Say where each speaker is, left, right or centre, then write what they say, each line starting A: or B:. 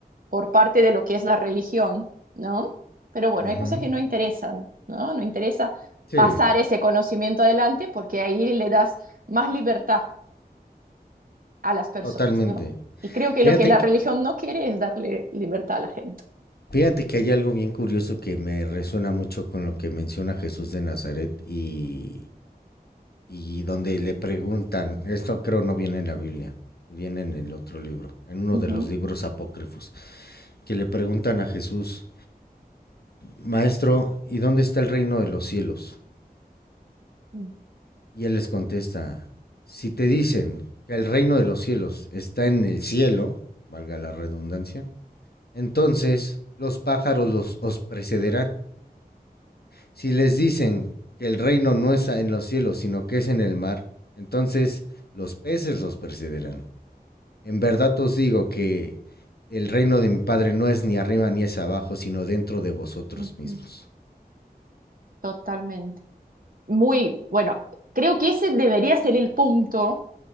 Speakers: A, on the right; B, on the left.
A: por parte de lo que es la religión, ¿no? Pero bueno,
B: Ujú,
A: hay cosas que no interesan, ¿no? No interesa
B: Sí,
A: pasar ese conocimiento adelante porque ahí le das más libertad a las personas,
B: totalmente.
A: ¿no? Y creo que
B: Fíjate,
A: lo que la
B: que-
A: religión no quiere es darle libertad a la gente.
B: fíjate que hay algo bien curioso que me resuena mucho con lo que menciona Jesús de Nazaret y, y donde le preguntan, esto creo no viene en la Biblia, viene en el otro libro, en uno
A: Ujú,
B: de los libros apócrifos, que le preguntan a Jesús, Maestro, ¿y dónde está el reino de los cielos?
A: ujú,
B: Y él les contesta, si te dicen que el reino de los cielos está en el cielo, valga la redundancia, entonces los pájaros los, os precederán. Si les dicen que el reino no está en los cielos, sino que es en el mar, entonces los peces los precederán. En verdad os digo que el reino de mi Padre no es ni arriba ni es abajo, sino dentro de vosotros
A: ujú.
B: mismos.
A: Totalmente. Muy, bueno, creo que ese debería ser el punto